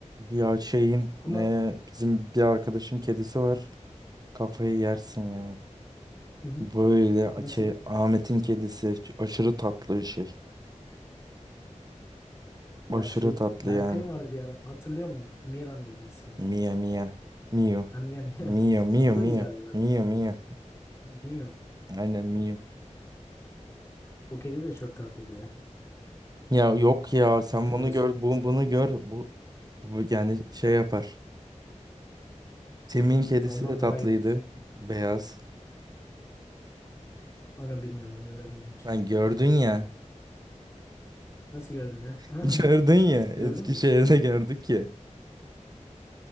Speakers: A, on the right; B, on the left.
A: Ya şeyin
B: Ama
A: e, bizim bir arkadaşın kedisi var. Kafayı yersin ya.
B: hı hı,
A: Böyle
B: nasıl?
A: şey, Ahmet'in kedisi aşırı tatlı bir şey. Aşırı
B: Ya şey
A: tatlı
B: Berkay'ın
A: yani.
B: vardı bir ara. Hatırlıyor musun? Mira mıydı ismi?
A: Mia Mia. Mio.
B: Ha Mia Mia.
A: Mio
B: <laughs>
A: Mio
B: O da güzeldi
A: Mio.
B: bak.
A: Mio Mio.
B: Mio.
A: <laughs> Aynen Mio.
B: O kedi de çok tatlıydı ya.
A: Ya yok ya sen
B: Hatırlıyorsan.
A: bunu gör bu bunu gör. Bu, bu yani şey yapar. Semih'in kedisi
B: Ondan
A: de tatlıydı.
B: daha iyi diyorsun.
A: Beyaz.
B: Onu bilmiyorum onu göremedim hiç.
A: Ben gördün ya.
B: Nasıl gördüm ya?
A: <laughs>
B: <laughs>
A: Gördün ya. Eskişehir'de
B: Gördün mü?
A: gördük ya.